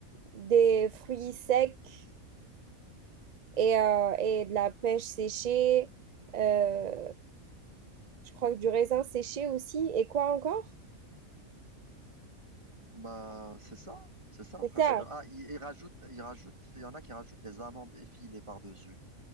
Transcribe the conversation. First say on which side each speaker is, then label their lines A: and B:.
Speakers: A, on the right; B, on the right.
A: des fruits secs et, euh, et de la pêche séchée. euh, je crois que du raisin séché aussi. Et quoi encore?
B: Bah, c'est ça, c'est ça,
A: C'est
B: principalement.
A: ça,
B: Ah, ils il rajoute, il rajoute, il y en a qui rajoutent des amandes effilées par-dessus.